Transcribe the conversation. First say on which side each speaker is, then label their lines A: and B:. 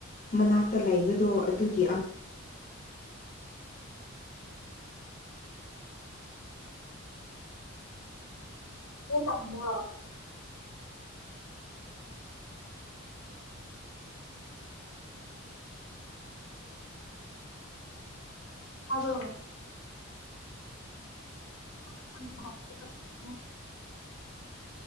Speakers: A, on the left (about 40°); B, on the left (about 85°).
A: ꯃꯅꯥꯛꯇ ꯂꯩꯕꯗꯣ ꯑꯗꯨꯒꯤ ꯑꯥ
B: ꯑꯗꯨ ꯇꯝꯕ ꯇꯥꯕ꯭ꯔ‌ꯣ <inaudible>